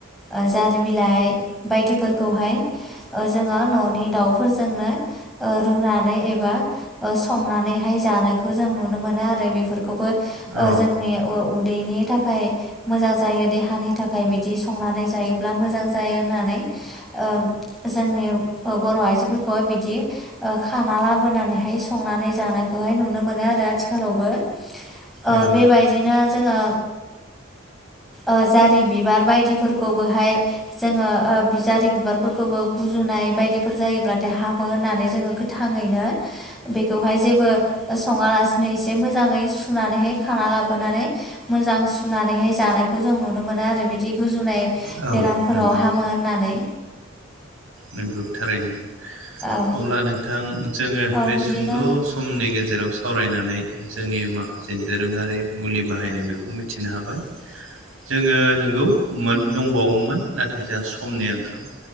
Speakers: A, in the centre; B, on the right.
A: ओ जारि बिलाइ बायदिफोरखौहाय ओ जोङो न'नि दाउफोरजोंनो ओ रुनानै एबा ओ संनानैहाय जानायखौ जों नुनो मोनो आरो बेफोरखौबो ओ
B: औ
A: जोंनि उदैनि थाखाय मोजां जायो देहानि थाखाय बिदि संनानै जायोब्ला मोजां जायो होननानै ओम जोंनि बर' आइजोफोरखौ बिदि ओ खाना लाबोनानैहाय संनानै जानायखौहाय नुनो मोनो आरो आथिखालावबो ओ
B: नंगौ
A: बेबायदिनो जोङो ओ जारि बिबार बायदि फोर बेखौबोहाय जोङो ओ जारि बिबारफोरखौबो गुजुनाय बायदिफोर जायोब्लाथाय हामो होननानै जोङो गो थाङैनो बेखौहाय जेबो सङा लासिनो एसे मोजाङै सुनानैहाय खाना लाबोनानै मोजां सुनानैहाय जानायखौ जों नुनो मोनो आरो बिदि गुजुनाय
B: औ
A: बेरामफोराव
B: नंगौ
A: हामो होननानै
B: नोंगौ थारैनो
A: औ
B: अब्ला नोंथां जोङो
A: औ
B: बे
A: बिदिनो
B: सुंद' बुं समनि गेजेराव सावरायनानै जोंनि माखासे दोरोङारि मुलि बाहायनाय बेखौ मिथिनो हाबाय
A: <inaudible>
B: जोङो नंगौ मोन दंबावोमोन नाथाय जोंहा समनि आंखाल